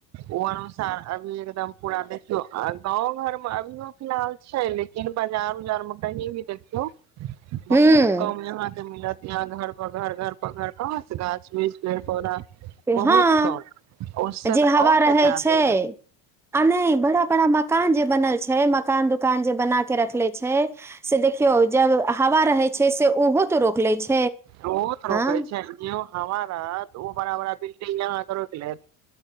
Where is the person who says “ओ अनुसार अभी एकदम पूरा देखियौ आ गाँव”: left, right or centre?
Right